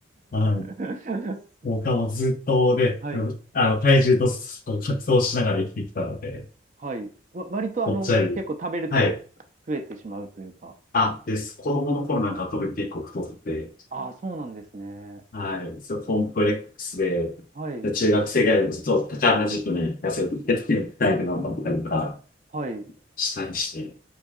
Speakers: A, on the left; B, on the right.
A: はい。
B: <laughs>
A: 僕はもうずっとね、
B: はい、
A: あの、体重とこう格闘しながら生きてきたので、
B: はい。わ、割とあの、
A: ぽっちゃり。
B: 結構食べると増えてしまうというか、
A: はい。あ、です。子供の頃なんか特に結構太って、
B: ああ、そうなんですね。
A: はい。そう、コンプレックスで、
B: はい、
A: で中学生ぐらいのちょっと高な時期に痩せてって、タイプ頑張ったりとか
B: はい。
A: したりして、